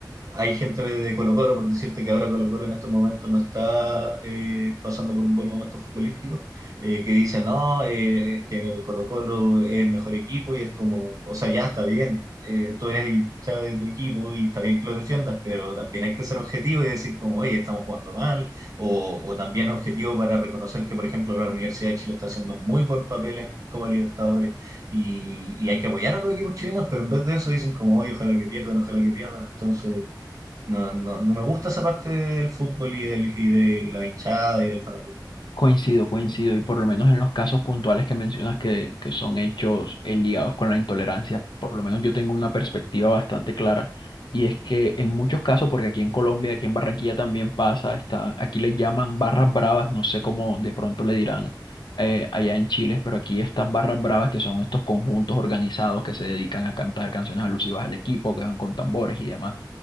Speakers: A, on the right (about 50°); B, on the left (about 75°).
A: hay gente de Colo Colo, por decirte que ahora Colo Colo en estos momentos no está eh, pasando por un buen momento futbolístico, eh, que dicen, no, eh, que Colo Colo es el mejor equipo y es como, o sea, ya está bien, eh, tú eres hincha de tu equipo y está bien que lo defiendas, pero también hay que ser objetivo y decir como, oye, estamos jugando mal, o, o también objetivo para reconocer que, por ejemplo, la Universidad de Chile está haciendo un muy buen papel en Copa Libertadores y, y hay que apoyar a los equipos chilenos, pero en vez de eso dicen como, oye, ojalá que pierdan, ojalá que pierdan, entonces... No, no, no me gusta esa parte del fútbol y, del- y de la hinchada y del fanatismo.
B: Coincido, coincido, y por lo menos en los casos puntuales que mencionas que, que son hechos eh, ligados con la intolerancia, por lo menos yo tengo una perspectiva bastante clara, y es que en muchos casos, porque aquí en Colombia, aquí en Barranquilla también pasa, está, aquí le llaman barras bravas, no sé cómo de pronto le dirán eh, allá en Chile, pero aquí estas barras bravas que son estos conjuntos organizados que se dedican a cantar canciones alusivas al equipo, que van con tambores y demás.